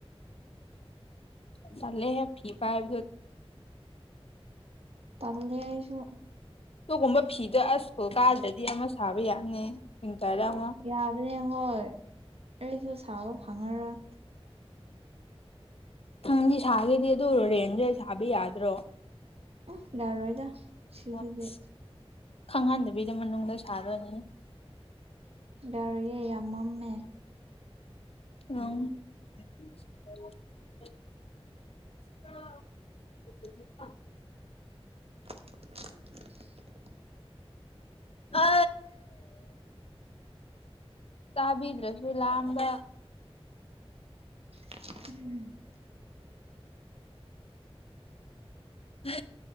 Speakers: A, on the left; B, on the right.
A: ꯆꯦꯍꯦ ꯐꯤ ꯄꯥꯏꯕꯗꯣ
B: ꯇꯜꯂꯦ ꯑꯩꯁꯨ
A: ꯑꯗꯨꯒꯨꯝꯕ ꯐꯤꯗꯣ ꯑꯁ ꯀꯣ ꯀꯥꯗꯗꯤ ꯑꯃ ꯁꯥꯕ ꯌꯥꯅꯤ ꯋꯤꯟꯇꯔꯗ ꯑꯃ
B: ꯌꯥꯕꯅꯦ ꯍꯣꯏ ꯑꯩꯁꯨ ꯁꯥꯕ ꯐꯪꯉꯔꯣꯏ
A: ꯅꯪꯗꯤ ꯁꯥꯒꯦꯗꯤ ꯑꯗꯨꯔꯣ ꯔꯦꯟꯗ꯭ꯔꯦ ꯁꯥꯕ ꯌꯥꯗ꯭ꯔꯣ
B: ꯎ ꯌꯥꯔꯣꯏꯗ ꯁꯤꯗꯗꯤ
A: ꯑꯁ ꯈꯪꯍꯟꯗꯕꯤꯗ ꯃꯅꯨꯡꯗ ꯁꯥꯗꯣꯏꯅꯤ
B: ꯌꯥꯔꯣꯏꯌꯦ ꯌꯥꯝ ꯃꯝꯃꯦ
A: ꯑꯥ <unintelligible>
B: <unintelligible>
A: ꯑ ꯇꯥꯕꯤꯗ꯭ꯔꯁ ꯂꯥꯝꯕ
B: ꯎꯝ
A: ꯍ